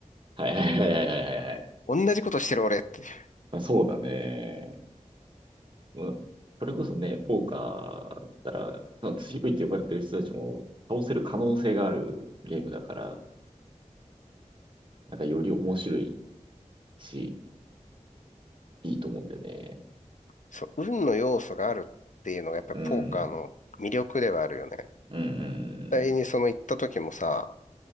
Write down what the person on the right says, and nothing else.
はいはいはいはいはいはいはい。
まあ、そうだね。うん、それこそね、ポーカーだったら、まあ強いと呼ばれてる人たちも倒せる可能性があるゲームだから、なんかより面白いし、いいと思うんだよね。
うん。うん。